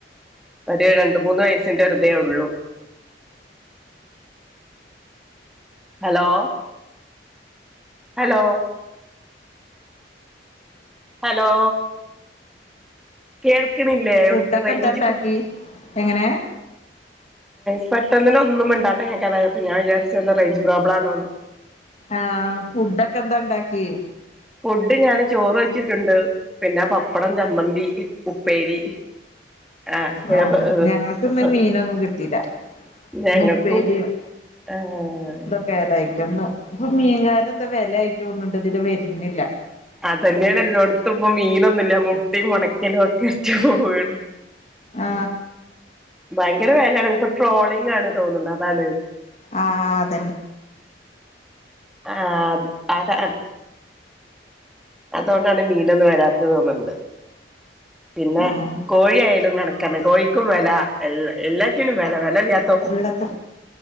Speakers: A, in the centre; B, on the left (about 40°).
A: ഒരു രണ്ട് മൂന്ന് വയസിന്റെ ഹൃദയൊള്ളു ഹലോ ഹലോ ഹലോ കേൾക്ക്ണില്ലേ
B: ഫുഡൊക്കെ
A: ഇവടക്ക് റേഞ്ച്
B: എന്താ ഉണ്ടാക്കി
A: പോ
B: എങ്ങനെ
A: പെട്ട്ന്ന്ന്നെ ഒന്നും മിണ്ടാട്ടം കേക്കാതായപ്പോ ഞാൻ വിജാരിച്ച് എന്താ റേഞ്ച് പ്രോബ്ലം ആണോന്ന്
B: ആ ഫുഡ ക്കന്താ ഇണ്ടാക്കിയെ
A: ഫുഡ് ഞാൻ ചോറ് വെച്ച്ട്ടുണ്ട് പിന്നെ പപ്പ് പ്പടം ചമ്മന്തി ഉപ്പേരി ആഹ്
B: ആ ഞങ്ങക്കിന്ന് മീനൊന്നും കിട്ടില്ല
A: ഞങ്ങൾക്കും
B: ഇന്ന് ഉപ്പേരിയും
A: ഏഹ്
B: തൊക്കെ <unintelligible> എന്നും പ്പം മീൻക്കാരൻ ന്ത വെല ആയിട്ട തോന്ന്ണ്ട് വെര്ണില്ല
A: അതെന്നെണ് എല്ലോട്ത്തും പ്പം മീനൊന്നുല്ല മുട്ടയും ഒണക്കലും ഒക്കെ ആയിട്ട് പോവാണ്
B: ആ
A: ഭയങ്കര വെലേണ് ഇപ്പൊ ട്രോളിംഗ ആണ് തോന്നണ്ട് അതാണ്
B: ആ അതെന്നെ
A: ആ അത് അ അതോണ്ടാണ് മീനൊന്നും വരാത്തത്തോന്നണ്ട് പിന്നെ
B: ആഹ്
A: കോഴിയയാലും കണക്കെന്നേ കോഴിക്കും വെല എല്ല എല്ലാറ്റും വെല വെലല്യ
B: ഇവടക്കെ